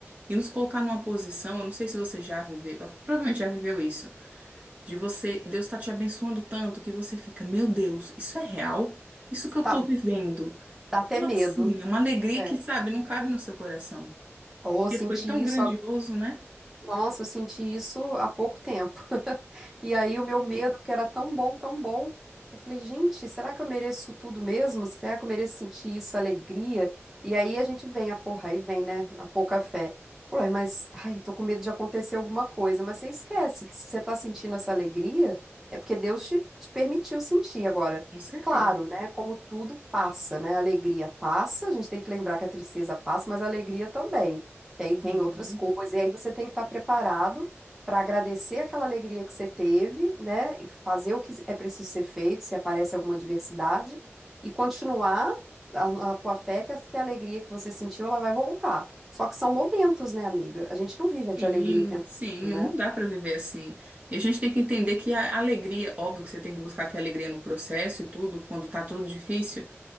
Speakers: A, on the right; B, in the centre.
A: e nos colocar numa posição. Eu não sei se você já viveu, provavelmente já viveu isso De você, Deus está te abençoando tanto que você fica, meu Deus, isso é real? Isso que eu estou
B: Tá,
A: vivendo?
B: dá
A: Como
B: até medo.
A: assim? É uma alegria
B: É.
A: que, sabe, não cabe no seu coração.
B: Ou
A: Porque
B: sentir
A: foi tão
B: isso
A: grandioso, né?
B: Nossa, eu senti isso há pouco tempo. <laughs> E aí o meu medo, porque era tão bom, tão bom, eu falei, gente, será que eu mereço isso tudo mesmo? Será que eu mereço sentir isso, alegria? E aí a gente vem, a porra, aí vem, né, a pouca fé. Ué, mas, ai, tô com medo de acontecer alguma coisa. Mas você esquece que se você tá sentindo essa alegria, é porque Deus te, te permitiu sentir. Agora,
A: Com certeza.
B: claro, né, como tudo passa, né, a alegria passa, a gente tem que lembrar que a tristeza passa, mas a alegria também que aí
A: Sim,
B: vem outras coisas, e aí você tem que estar preparado para agradecer aquela alegria que você teve, né? E fazer o que é preciso ser feito, se aparece alguma adversidade, e continuar a, a tua fé que a, que a alegria que você sentiu, ela vai voltar. Só que são momentos, né, amiga? A gente não vive de
A: sim,
B: alegria o tempo
A: sim,
B: todo, né?
A: não dá para viver assim. E a gente tem que entender que a alegria, óbvio que você tem que buscar ter alegria no processo e tudo, quando tá tudo difícil,